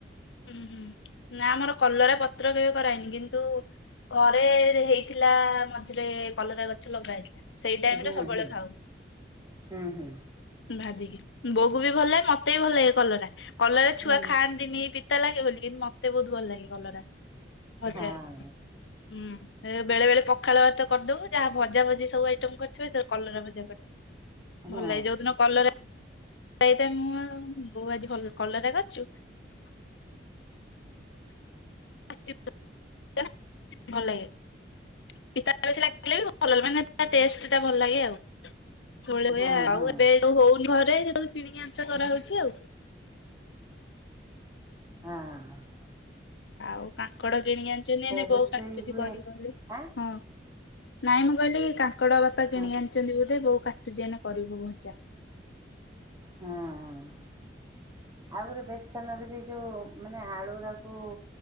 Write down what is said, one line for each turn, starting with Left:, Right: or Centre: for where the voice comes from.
Left: ହୁଁ ହୁଁ। ନା ଆମର କଲରା ପତ୍ର କେବେ କରାଏନି। କିନ୍ତୁ ଘରେ ହେଇଥିଲା ମଝିରେ କଲରା ଗଛ ଲଗା ହେଇଥିଲା। ସେଇ ଟାଇମ
Right: ହୁଁ
Left: ରେ ସବୁବେଳେ
Right: ହୁଁ
Left: ଖାଉ
Right: ହୁଁ ହୁଁ
Left: ଭାଜିକି। ବୋଉକୁ ବି ଭଲ ଲାଗେ ମତେ ବି ଭଲ ଲାଗେ କଲରା। କଲରା
Right: ହୁଁ
Left: ଛୁଆ ଖାଆନ୍ତିନି। ପିତା ଲାଗେ ବୋଲି କିନ୍ତୁ ମତେ ବହୁତ ଭଲ ଲାଗେ କଳରା ଭଜା
Right: ହୁଁ ହଁ
Left: ହୁଁ। ବେଳେ ବେଳେ ପଖାଳ ଭାତ କରିଦବୁ ଯାହା ଭଜା ଭଜି ସବୁ ଆଇଟମ କରିଥିବେ ତ କଲରା ଭଜା କରିଥିବେ।
Right: ହୁଁ
Left: ଭଲ ଲାଗେ ଯୋଉଦିନ କଲରା <unintelligible> ବୋଉ ଆଜି ଭଲ କଲରା କରିଛୁ? <unintelligible> ଭଲ ଲାଗେ। <unintelligible> ମାନେ ଟେଷ୍ଟ ଟା ଭଲ ଲାଗେ ଆଉ। ସବୁବେଳେ
Right: ହଁ
Left: ହୁଏ। ଆଉ
Right: ହଁ
Left: ଏବେ ହଉନି ଘରେ ଯେତେବେଳେ କିଣିକି ଆଣୁଚୁ କରାହଉଛି ଆଉ।
Right: ଆଁ।
Left: ଆଉ କାଙ୍କଡ କିଣି ଆଣିଚୁ ନେନେ ବୋଉ
Right: ରୋଷେଇ
Left: କାଟୁଛି
Right: ହୁଏ
Left: କରିବ ବୋଲି।
Right: ଆଁ
Left: ହଁ। ନାଇଁ ମୁଁ କହିଲି କି କାଙ୍କଡ ବାପା
Right: ହଁ
Left: କିଣିକି ଆଣିଛନ୍ତି ବୋଧେ ବୋଉ କାଟୁଛି ଏଇନେ କରିବୁ ଭଜା।
Right: ହଁ। ଆଉ ଗୋରେ ବେସନରେ ବି ଯେଉଁ ମାନେ ଆଳୁରାକୁ